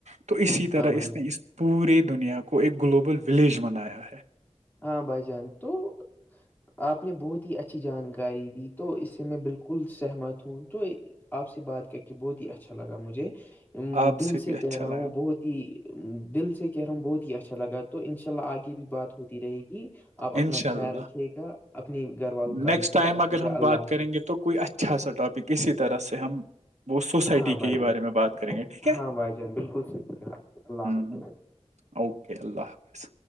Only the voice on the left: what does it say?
ہاں بھائی
جان
ہاں بائی جان تو <unintelligible> آپ نے بہت ہی اچھی جانکاری دی تو اس سے میں بالکل سہمت ہوں تو آپ سے بات کر کے بہت ہی اچھا لگا مجھے
دل سے
کہہ رہا
ہوں بہت دل سے کہہ رہا ہوں بہت ہی اچھا لگا تو ان شاء اللہ آگے بھی بات ہو رہے گی آپ اپنا
خیال رکھیے گا اپنی گھر والوں
کا بھی خیال
رکے
گا
اللہ
حافظ
ہاں بھائی
جان
ہاں بھائی جان بالکل صحیح کہا اللہ
حافظ